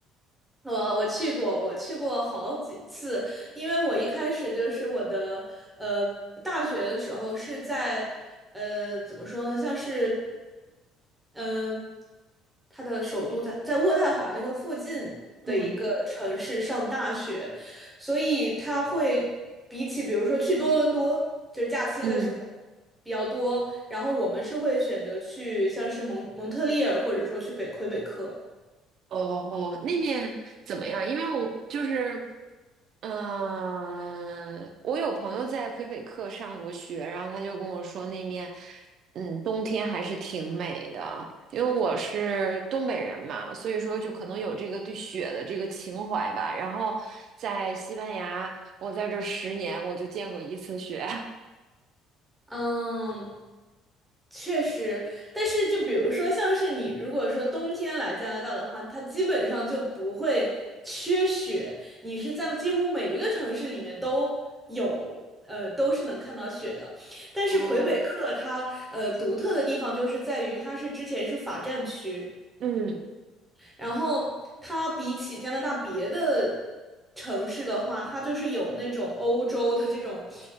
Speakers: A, in the centre; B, on the right.
A: 我我去过，我去过好几次，因为我一开始就是我的呃大学的时候是在呃怎么说呢，像是嗯、它的首都在在渥太华那个附近的一个城市上大学，
B: 嗯
A: 所以他会比起比如说去多伦多，就是假期的时候
B: 嗯，
A: 比较多，然后我们是会选择去像是蒙蒙特利尔或者说去北魁北克。
B: 哦哦，那面怎么样？因为我就是嗯，我有朋友在魁北克上过学，然后他就跟我说那面，嗯，冬天还是挺美的。因为我是东北人嘛，所以说就可能有这个对雪的这个情怀吧。然后在西班牙，我在这十年我就见过一次雪。
A: 嗯，确实，但是就比如说，像是你如果说冬天来加拿大的话，它基本上就不会缺雪，你是在几乎每一个城市里面都有，呃，都是能看到雪的。但是魁北克它呃独特的地方就是在于它是之前是法占区。
B: <laughs> 哦，嗯。
A: 然后它比起加拿大别的城市的话，它就是有那种欧洲的这种，